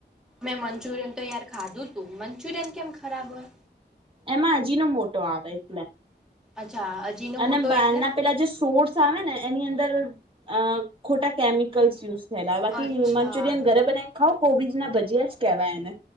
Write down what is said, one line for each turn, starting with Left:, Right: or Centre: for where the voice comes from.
Centre: મેં મંચુરિયન તો યાર ખાધું તું મંચુરિયન કેમ ખરાબ હોય?
Right: એમાં અજીનોમોટો આવે એટલે.
Centre: અચ્છા અજીનો
Right: અને
Centre: મોટો
Right: બાર
Centre: એટલે
Right: ના પેલા જે સોર્સ આવે ને એની અંદર અ ખોટા કેમિકલ્સ યુઝ થેલા બાકી
Centre: અચ્છા
Right: મંચુરિયન ઘરે બનાવીને ખાવ કોબીજ ના ભજીયા જ કેવાય એને.